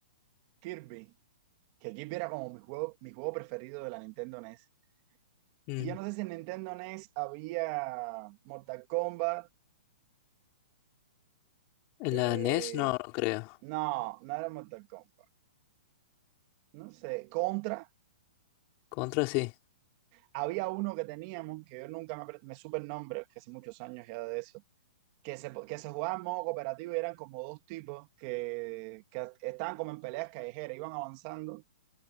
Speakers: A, on the right; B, on the left.
A: Kirby, que Kirby era como mi juego, mi juego preferido de la Nintendo NES.
B: Mm.
A: Y yo no sé si en Nintendo NES había Mortal Kombat,
B: En
A: eh,
B: la NES no, no creo.
A: no, no era Mortal Kombat, no sé, Contra,
B: Contra sí.
A: había uno que teníamos, que yo nunca me, apre- me supe el nombre, que hace muchos años ya de eso, que se, que se jugaba en modo cooperativo y eran como dos tipos que, que estaban como en peleas callejeras, iban avanzando